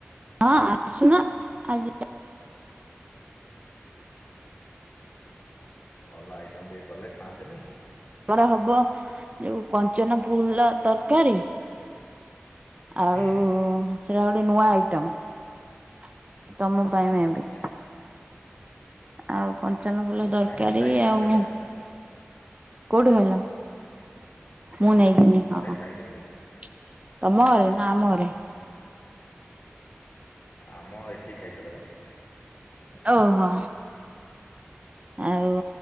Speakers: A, on the right; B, on the left.
A: ହଁ ଆସୁନ। ଆଜି
B: ଭଲ ଆଇଟମ୍ ଟିକେ କଲେ ଖାଆନ୍ତେନି।
A: କରା ହବ ଯୋଉ କଞ୍ଚନ ଫୁଲ ତରକାରୀ ଆଉ
B: ହୁଁ
A: ସେଇଟା ଗୋଟେ ନୂଆ ଆଇଟମ। ତମ ପାଇଁ ମେ
B: ଆଚ୍ଛା।
A: ବି। ଆଉ କଞ୍ଚନ ଫୁଲ ତରକାରୀ
B: ନାଇଁ ମୁଁ ଖାଇଛି
A: ଆଉ
B: ଥରେ ବା
A: କୋଉଠୁ ଆଣିଲ? ମୁଁ ନେଇଯିବି।
B: ଥରେ
A: ହଁ
B: ଖାଇଥିଲି।
A: ତମ
B: ହଁ
A: ଘରେ
B: ହଁ
A: ନା ଆମ ଘରେ।
B: ଆମ ଏଇଠି ଖାଇଥିଲ ବା।
A: ଓହୋ। ଆଉ